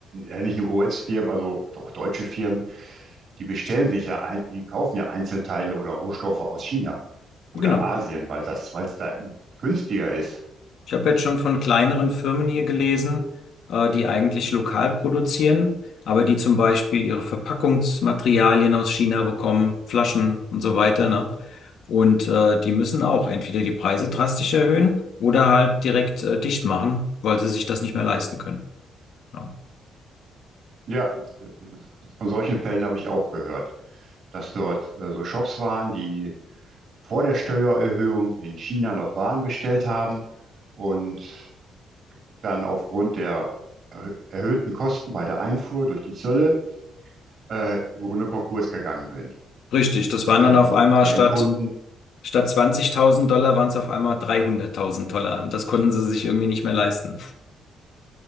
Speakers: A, on the right; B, on the left.
A: äh, nicht nur US-Firmen, also auch deutsche Firmen, die bestellen sich ja ein, die kaufen ja Einzelteile oder Rohstoffe aus China oder
B: genau.
A: Asien, weil das, weil es da günstiger ist.
B: Ich habe jetzt schon von kleineren Firmen hier gelesen, äh, die eigentlich lokal produzieren, aber die zum Beispiel ihre Verpackungsmaterialien aus China bekommen, Flaschen und so weiter, ne? Und äh, die müssen auch entweder die Preise drastisch erhöhen oder halt direkt äh, dicht machen, weil sie sich das nicht mehr leisten können. Ja.
A: Ja, von solchen Fällen habe ich auch gehört, dass dort äh, so Shops waren, die vor der Steuererhöhung in China noch Waren bestellt haben und dann aufgrund der erhöhten Kosten bei der Einfuhr durch die Zölle äh, im Grunde Konkurs gegangen sind,
B: Richtig, das waren
A: weil
B: dann
A: die,
B: auf einmal
A: deren
B: statt,
A: Kunden,
B: statt 20.000 Dollar waren es auf einmal 300.000 Dollar und das konnten sie sich irgendwie nicht mehr leisten.